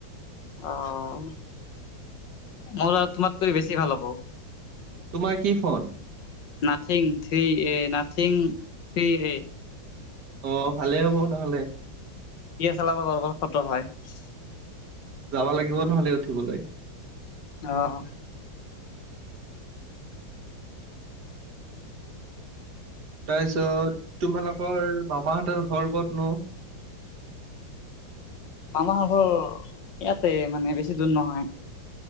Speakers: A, on the left; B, on the right.
A: অ', মোৰ আৰু তোমাতকৈ বেছি ভাল হ'ব।
B: তোমাৰ কি phone?
A: Nothing three A nothing three A.
B: অ', ভালে হ'ব নহলে।
A: চলাব বাৰ বাৰ খটো হয়।
B: যাব লাগিব নহ'লে উঠিবলৈ।
A: অ'।
B: তাৰপিছত তোমালোকৰ মামাহঁতৰ ঘৰ ক'তনো?
A: <unintelligible> আমাৰ ঘৰ ইয়াতে মানে বেছি দূৰ নহয়।